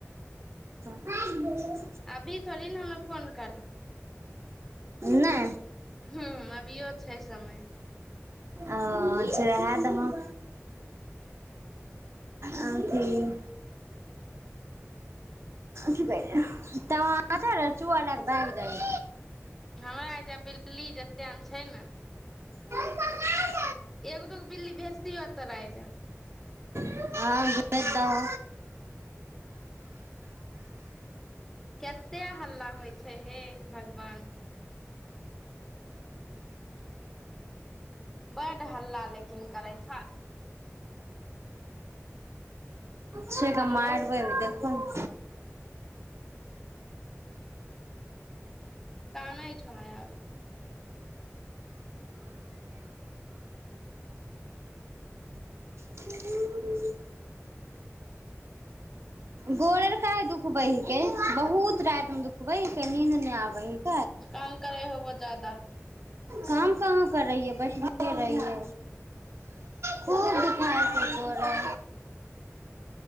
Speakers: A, on the right; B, in the centre.
A: आ <inaudible>
B: अभी थोड़ी ने हमे फोन काटब
A: नहि
B: हू हुँ भियओ छै समय
A: अ जेहा य मन अथि- कहिय तचार चुआ ल क भ जाइ
B: हमरा एहिजाँ बिल्ली जतेक ने छै ने
A: ह
B: एक दोगो बिल्ली भेज दियौ तऽज
A: हँ भज दहो
B: केतेक हल्ला होइ छै हे भगवान बड्ड हल्ला लेकिन करै छह
A: छै गा
B: हेलो
A: आरबै दे <inaudible> हन <inaudible>
B: तानय छौय आब
A: ने गोड़ आर दुखबै हिके बहुत राति मे दुखबे हिके नीद नहि आबे हिके
B: तंग करे होबो ज्यादा
A: हमऽ हम कहाँ कर रहियै बैठले रहियै खूब दुखारसँ गोड़ै